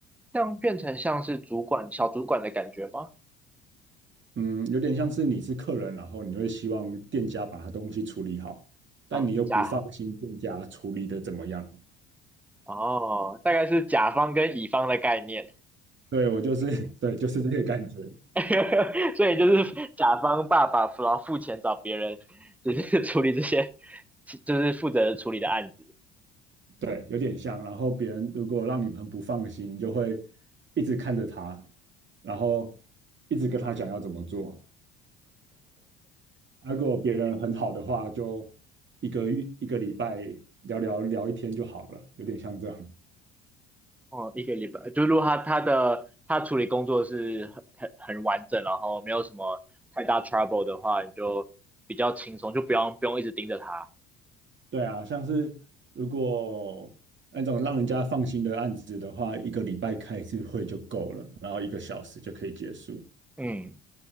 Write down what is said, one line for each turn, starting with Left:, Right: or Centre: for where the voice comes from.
Centre: 这样变成像是主管、小主管的感觉吗？
Right: 嗯，有点像是你是客人，然后你会希望店家把他东西处理好，但你又不放心店家处理的怎么样。
Centre: 啊、甲，哦，大概是甲方跟乙方的概念，
Right: 对，我就是，<laughs> 对，就是这个感觉。
Centre: <laughs> 所以就是甲方爸爸然后付钱找别人，就是处理这些，就是负责处理的案子。
Right: 对，有点像。然后别人如果让你很不放心，你就会一直看着他，然后一直跟他讲要怎么做。啊如果别人很好的话，就一个月、一个礼拜聊聊聊一天就好了，有点像这样。
Centre: 哦，一个礼拜，就如果他他的他处理工作是很很很完整，然后没有什么太大 trouble 的话，你就比较轻松，就不用不用一直盯着他。
Right: 对啊，像是如果那种让人家放心的案子的话，一个礼拜开一次会就够了，然后一个小时就可以结束。
Centre: 嗯，